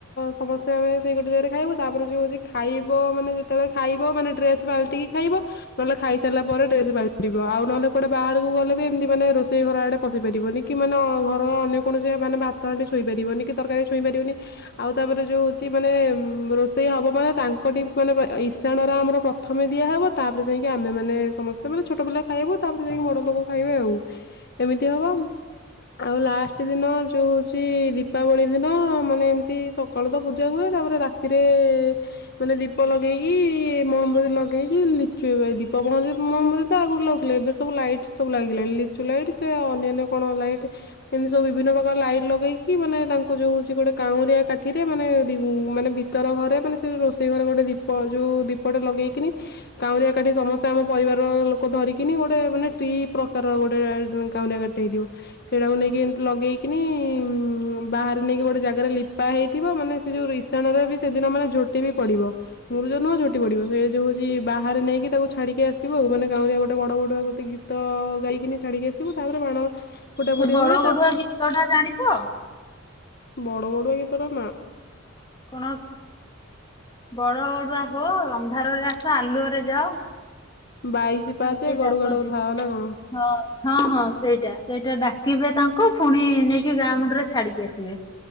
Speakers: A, on the left; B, on the left.
A: ସମସ୍ତେ ଆମେ ସେଇ ଗୋଟେ ଜାଗାରେ ଖାଇବୁ, ତାପରେ ଯଉ ହଉଛି, ଖାଇବ ମାନେ, ଯେତେବେଳେ ଖାଇବ ମାନେ ଡ୍ରେସ୍ ପାଲିଟିକି ଖାଇବ, ନହେଲେ ଖାଇ ସାରିଲା ପରେ ଡ୍ରେସ୍ ପାଲଟିବ। ଆଉ ନହେଲେ କୁଆଡେ ବାହାରକୁ ଗଲେ ବି ଏମିତି ମାନେ ରୋଷେଇ ଘର ଆଡେ ପଶି ପାରିବନି କି ମାନେ ଘର ଅନ୍ୟ କୌଣସି ମାନେ ବା ଭାତ ହାଣ୍ଡି ଛୁଇଁ ପାରିବନି କି, ତରକାରୀ ଛୁଇଁ ପାରିବନି। ଆଉ ତାପରେ ଯୋଉ ହଉଛି ମାନେ ଏ ରୋଷେଇ ହବ, ମାନେ ତାଙ୍କଠି ମାନେ ଇଶାଣର ତ ଆମର ପ୍ରଥମେ ଦିଆ ହେବ। ତାପରେ ଯାଇକି ଆମେମାନେ ସମସ୍ତେ ମାନେ ଛୋଟ ପିଲା ଖାଇବୁ ତାପରେ ଯାଇକି, ବଡ଼ ଲୋକ ଖାଇବେ ଆଉ। ଏମିତି ହବ। ଆଉ ଲାଷ୍ଟ ଦିନ ଯୋଉ ହଉଛି, ଦୀପାବଳି ଦିନ ମାନେ, ଏମିତି ସକାଳୁ ତ ପୂଜା ହୁଏ। ତାପରେ ରାତିରେ ମାନେ ଦୀପ ଲଗେଇକି ଇ ମହବଦୀ ଲଗେଇକି, ଲିଚୁ ଏବେ ଦୀପ ବନ୍ଦ। ମହମ୍ବଦୀ ତ ଆଗରୁ ଲାଗୁଥିଲା, ଏବେ ସବୁ ଲାଇଟ୍ ସବୁ ଲାଗି ଲିଚୁ ଲାଇଟ୍, ସେ ଅନ୍ୟାନ୍ୟ କଣ ଲାଇଟ୍! ଏମତି ସବୁ ବିଭିନ୍ନ ପ୍ରକାର ଲାଇଟ ଲଗେଇକି, ମାନେ ତାଙ୍କ ଯୋଉ ହଉଛି, ଗୋଟେ କାଉଁରିଆ କାଠିରେ ମାନେ-ଏ, ମାନେ ଭିତର ଘରେ ମାନେ ସେ ରୋଷେଇ ଘରେ ଗୋଟେ ଦୀପ ଯୋଉ କୁ ଦୀପଟେ ଲଗେଇକିନି, କାଉଁରିଆ କାଠି ସମସ୍ତେ ଆମ ପରିବାର ଲୋକ ଧରିକିନି। ଗୋଟେ ମାନେ ଟି ପ୍ର ତାର ଗୋଟେ ଏ କାଉଁରିଆ କାଟଟେ ହେଇଥିବ। ସେଇଟାକୁ ନେଇକି ଏମିତି ଲଗେଇକିନି-ଇ-ଇ-ଉ-ଉଁ ବାହାରେ ନେଇକି ଗୋଟେ ଜାଗାରେ ଲିପା ହେଇଥିବ। ମାନେ ସେ ଯୋଉ, ଇସାଣରେ ବି ସେଦିନ ମାନେ ଝୋଟି ବି ପଡିବ। ମୁରୁ ସେନ ଝୋଟି ପଡିବ। ସେ ଯଉ ହଉଚି ବାହାରେ ନେଇକି ତାକୁ ଛାଡିକି ଆସିବ ଆଉ। ମାନେ କାଉଁରିଆ ଗୋଟେ ବଡବଡୁଆ ଗୋଟେ ଗୀତ ହଁ, ଗାଇକିନି ଛାଡିକି ଆସିବୁ। ତାପରେ ବାଣ ଫୁଟା
B: ସେ
A: ଫୁଟି
B: ବଡ
A: ହୁଏ
B: ବଡୁଆ ଗୀତ ଟା ଜାଣିଛ?
A: ବଡବଡୁଆ ଗୀତଟା ନା।
B: କଣ? ବଡ ବଡୁଆ ହୋ! ଅନ୍ଧାରରେ ଆସ, ଆଲୁଅରେ ଯାଅ।
A: ବାଇଶି ପାହାଚେ
B: ଯେମିତି
A: ଗଡୁଗଡଉ
B: ଡାକନ୍ତି।
A: ଥାଆ ନା କଣ!
B: ହଁ ହଁ, ହଁ, ସେଇଟା ସେଇଟା ଡାକିବେ ତାଙ୍କୁ, ପୁଣି ନେଇକି ଗାଁ ମୁଣ୍ଡରେ ଛାଡିକି ଆସିବେ।